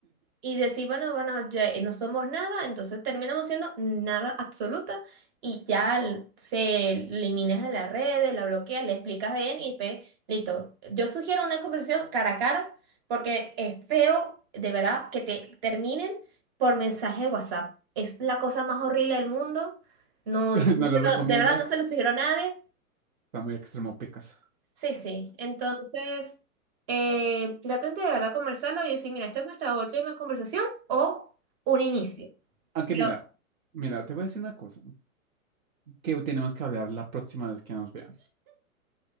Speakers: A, on the right (about 45°); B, on the right (about 65°).
A: Y decir, bueno, bueno, ya no somos nada, entonces terminamos siendo nada absoluta y ya l- se eliminas de las redes, la bloqueas, le explicas bien y pe- listo. Yo sugiero una conversación cara a cara porque es feo, de verdad, que te terminen por mensaje de WhatsApp. Es la cosa más horrible del mundo. No,
B: <laughs>
A: no
B: ¿No
A: se
B: lo recomiendas?
A: lo- de verdad no se lo sugiero a nadie.
B: Está muy extremo, pecas.
A: Sí, sí. Entonces, eh, traten de verdad conversarlo y decir, mira, esta es nuestra última conversación o un inicio.
B: Aunque
A: Pero,
B: mira, mira, te voy a decir una cosa que tenemos que hablar la próxima vez que nos veamos.